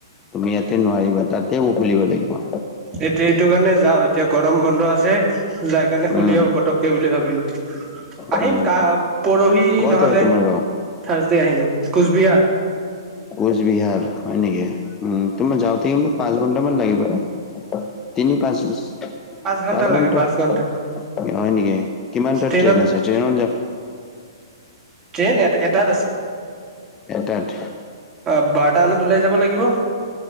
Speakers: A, on the left; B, on the right.
A: তুমি ইয়াতে নোৱাৰিবা তাতে মোৰ খুলিব লাগিব।
B: এইটো এইটো কাৰণে যাওঁ। এতিয়া গৰম বন্ধ আছে যাই কাৰণে খুলি
A: উম
B: আহোঁ পতকে বুলি ভাবিলো। আহিম
A: উম
B: কা পৰহি
A: ক'ত
B: নহলে
A: হয় তোমাৰ গাঁও
B: থাৰছডে আহিম কোচবিহাৰ।
A: কোচবিহাৰ হয়, নেকি উম, তোমাৰ যাওঁতে কিন্তু পাঁচ ঘন্টামান লাগিব নে? তিনি পাঁচ
B: ঘন্টা
A: পাঁচ
B: লাগে
A: ঘণ্টা। হয়,
B: ঘন্টা
A: নেকি কিমান তাত
B: ট্ৰেইনত
A: ট্ৰেইন আছে ট্ৰেইনত যাম
B: ট্ৰেইন এটা এটাত আছে।
A: এটাত?
B: অ', বাৰটা মানত ওলাই যাব লাগিব।